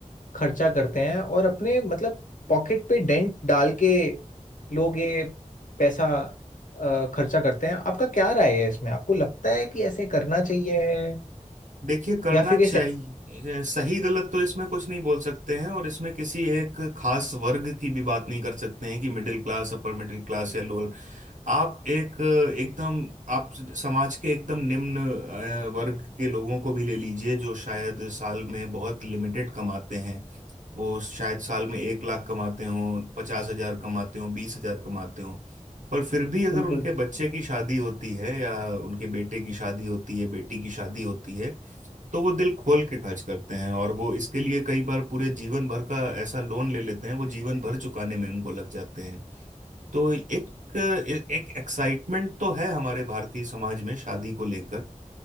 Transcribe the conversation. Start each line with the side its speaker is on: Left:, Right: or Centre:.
Left: खर्चा करते हैं और अपने मतलब पॉकेट पे डेंट डाल के लोग ये पैसा अ, खर्चा करते हैं आपका क्या राय है इसमें आपको लगता है कि ऐसे करना चाहिए है
Right: देखिए करना
Left: या फिर
Right: चाहिए
Left: ये सही
Right: अ, सही गलत तो इसमें कुछ नहीं बोल सकते हैं और इसमें किसी एक खास वर्ग की भी बात नहीं कर सकते हैं कि middle class upper middle class या लोअर आप एक एकदम आप समाज के एकदम निम्न अ, वर्ग के लोगों को भी ले लीजिए जो शायद साल में बहुत लिमिटेड कमाते हैं वो शायद साल में एक लाख कमाते हों पचास हजार कमाते हों बीस हजार कमाते हों पर फिर भी अगर
Left: बिल्कुल
Right: उनके बच्चे की शादी होती है या उनके बेटे की शादी होती है बेटी की शादी होती है तो वो दिल खोल के खर्च करते हैं और वो इसके लिए कई बार पूरे जीवन भर का ऐसा लोन ले लेते हैं वो जीवन भर चुकाने में उनको लग जाते हैं तो एक एक, एक एक्साइटमेंट तो है हमारे भारतीय समाज में शादी को लेकर